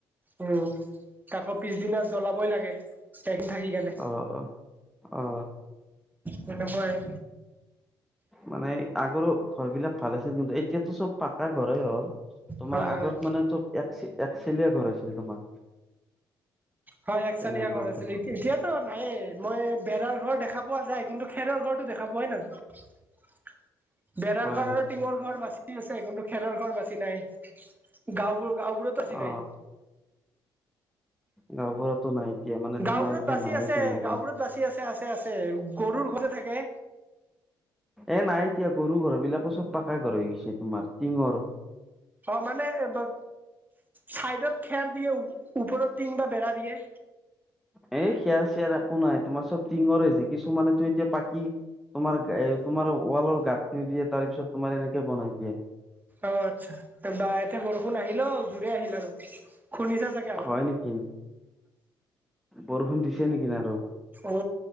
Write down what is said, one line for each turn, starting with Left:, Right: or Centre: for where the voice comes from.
Right: উম', তাকো পিছদিনা জ্বলাবই লাগে', এদিন থাকি কিনে,
Centre: অ অ অ
Right: সেনেকুৱাই',
Centre: মানে আগৰো, ঘৰ বিলাক ভাল আছিল কিন্তু এতিয়াতো চব পাকা ঘৰে হ'ল', তোমাৰ
Right: হয়
Centre: আগত
Right: হয়
Centre: মানে চব এক চে', - এক চেলীয়ে ঘৰ আছিল তোমাৰ',
Right: হয়', এক
Centre: তেনেকুৱাকে
Right: চালি আগৰ আছিল এতিয়া-এতিয়া', অ', নাই, মই বেৰাৰ ঘৰ দেখা পোৱা যায় কিন্তু খেৰৰ ঘৰটো দেখা পোৱাই নাযায়', <unintelligible> বেৰাৰ
Centre: হয়
Right: ঘৰ আৰু
Centre: হয়
Right: টিঙৰ ঘৰ বাচি আছে কিন্তু খেৰৰ ঘৰ বাচি নাই', গাঁওবোৰ গাঁওবোৰত বাছি
Centre: অ
Right: নাই।
Centre: গাঁও ঘৰটো নাই। এতিয়া মানে
Right: গাঁওবোৰত
Centre: তোমাৰ এতিয়া
Right: বাচি
Centre: নাই
Right: আছে,
Centre: তেনেকুৱা
Right: গাঁওবোৰত বাচি আছে আছে আছে গৰুৰ ঘৰতে থাকে
Centre: এ নাই এতিয়া গৰু ঘৰ বিলাকো চব পাকা ঘৰ হৈ গৈছে তোমাৰ টিঙৰ
Right: অ মানে ধ চাইডত খেৰ দিয়ে ওপৰত টিং বা বেৰা দিয়ে।
Centre: এই খেয়া চেৰ একো নাই তোমাৰ চব টিঙৰ হৈছে কিছুমানেতো এতিয়া পাকি তোমাৰ এ তোমাৰ ৱালৰ গাঁঠি দিয়ে তাৰ পিছত তোমাৰ এনেকে বনাই দিয়ে।
Right: অ আচ্ছা বা এতিয়া বৰষুণ আহিলেও জোৰে আহিল আৰু। শুনিছা চাগে আৱা
Centre: হয় নেকি বৰষুণ দিছে নেকি নে আৰ
Right: অ